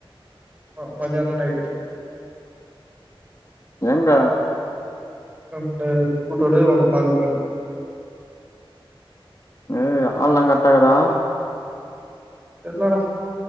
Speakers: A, on the right (about 15°); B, on the left (about 35°).
A: அ மதியானோ நைட்டு
B: எங்க
A: ரெண்டு இது கூட்டோனே வர்னு பாக்ற மாரி
B: ஏ ஆள்லா கர்ட்டா இகுதா
A: தெர்லடா